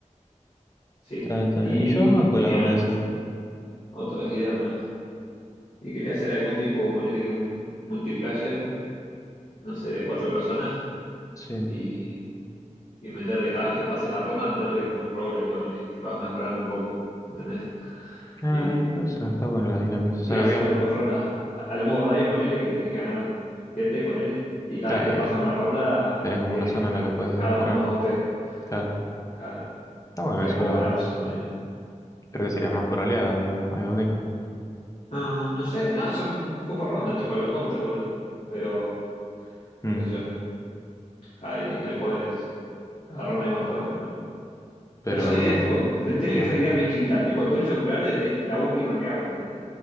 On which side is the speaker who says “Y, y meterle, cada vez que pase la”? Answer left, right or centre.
Left